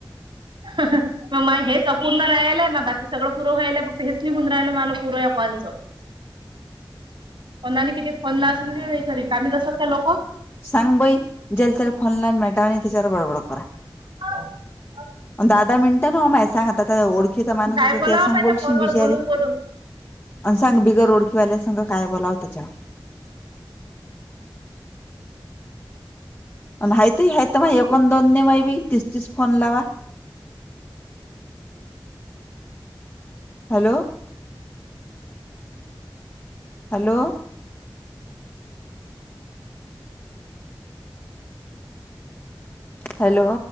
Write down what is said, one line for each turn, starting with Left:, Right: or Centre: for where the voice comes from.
Right: हं हं. मग माय हेच अपूर्ण राहिल मग बाकी सगळं पूंर व्हायल फक्त हेच नई होऊन राहिलं, मला पुरं या कॉलचं. कोणाले किती फोण लाव्हायचं असल, जसत का लोक.
Left: सांग बई ज्याला त्याला फोन लान, मेटावा त्याच्यावर बळबड करा.
Right: <unintelligible>
Left: दहा-दहा मिनटं ना मा सांगतता, ओळखीचा माणूस
Right: काय
Left: असत
Right: बोलावं
Left: ते संग
Right: माझ्या
Left: बोलशील
Right: फोनवर
Left: बिचारे.
Right: बोलून बोलून.
Left: अं सांग बिगरओळखीवाल्या संग काय बोलावं त्याच्या? आणि हायत आहे मग, एकोण दोन ने माय बाई तिस- तीस फोन लावा. हॅलो? हॅलो? हॅलो?